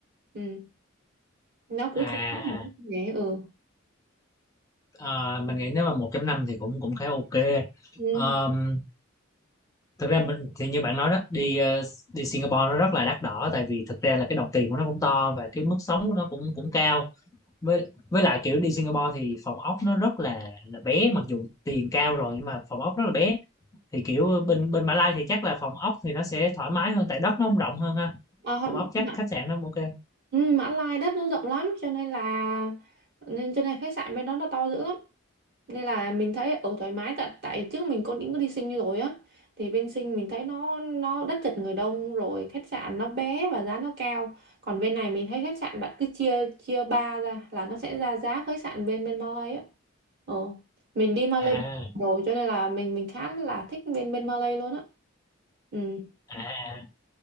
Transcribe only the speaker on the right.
ừ. nó cũng
không mất một cái
rẻ ừ,
ừ.
À, hòn-
Mã,
ừ, Mã Lai đất nó rộng lắm cho nên là nên cho nên khách sạn bên đó nó to dữ lắm nên là mình thấy ở thoải mái tại tại trước mình có định có đi sinh rồi á thì bên sinh mình thấy nó nó đất chật người đông rồi khách sạn nó bé và giá nó cao còn bên này mình thấy khách sạn bạn cứ chia chia ba ra là nó sẽ ra giá khách sạn bên bên Malay á ờ mình đi Malay
rồi cho nên là mình mình khá là thích bên bên Malay luôn á ừ